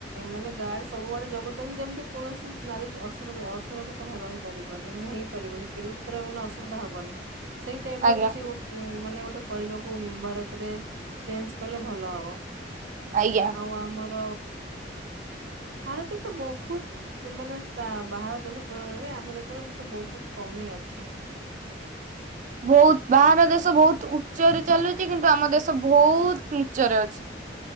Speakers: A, on the right (about 80°); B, on the right (about 45°).
A: ମାନେ ଗାର୍ଡ ସବୁଆଡେ ଜଗୁଛନ୍ତି ଯେମିତି କୌଣସି ନାରୀ ଅସୁରକ୍ଷିତ ରହିପାରିବନି ମାନେ ଏଇ ପାରିବନି କେବେ କୋଉ ଥିରେ ମାନେ ଅସୁବିଧା ହବନି ସେଇ ଟାଇପ
B: ଆଜ୍ଞା
A: ର କିଛି ମାନେ ଗୋଟେ କରିବାକୁ ଭାରତରେ ଚେଞ୍ଜ କଲେ ଭଲ ହବ।
B: ଆଜ୍ଞା।
A: ଆଉ ଆମର ଭାରତ ତ ବହୁତ ମାନେ ବାହାର ଦେଶ ତୁଳନାରେ ଆମ ଦେଶରେ ତ ବହୁତ କମି ଅଛି।
B: ବହୁତ ବାହାର ଦେଶ ବହୁତ ଉଚ୍ଚରେ ଚାଲୁଛି କିନ୍ତୁ ଆମ ଦେଶ ବହୁତ ନିଚ୍ଚରେ ଅଛି।